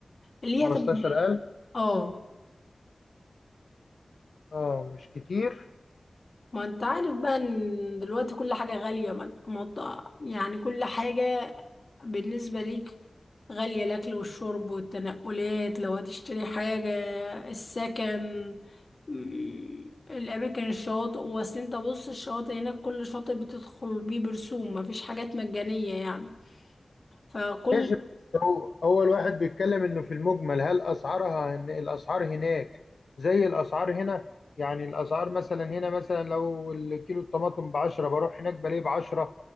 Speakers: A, on the left; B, on the left.
A: اللي
B: 15000
A: هي هتبقى اه
B: اه مش كتير
A: ما انت عارف بقى ان دلوقتي كل حاجة غالية ما انت- ما انت- يعني كل حاجة بالنسبة ليك غالية الأكل والشرب والتنقلات لو هتشتري حاجة السكن م- الأماكن الشواطئ وأصل انت بص الشواطئ هناك كل شاطئ بتدخل بيه برسوم مفيش حاجات مجانية يعني فكل
B: ماشي بس هو أول واحد بيتكلم إنه في المجمل هل أسعارها إن الأسعار هناك زي الأسعار هنا يعني الأسعار مثلا هنا مثلا لو الكيلو الطماطم ب 10 بروح هناك بلاقيه ب 10